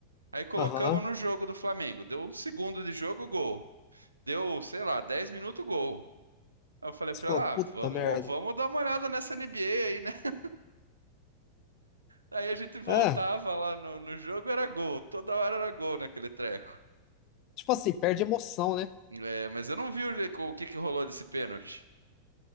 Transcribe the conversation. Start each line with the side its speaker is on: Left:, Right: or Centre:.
Right: Aí colocamos
Left: aham.
Right: no jogo do Flamengo. Deu um segundo de jogo, gol. Deu, sei lá, 10 minutos gol. Aí eu falei
Left: Você
Right: pra
Left: falou,
Right: ela,
Left: puta
Right: ah, vamos,
Left: merda.
Right: vamos dar uma olhada nessa NBA aí, né? <laughs> Aí a gente voltava
Left: É,
Right: lá no, no jogo, era gol. Toda hora era gol naquele treco.
Left: tipo assim, perde emoção, né?
Right: É, mas eu não vi o, que- o que que rolou desse pênalti.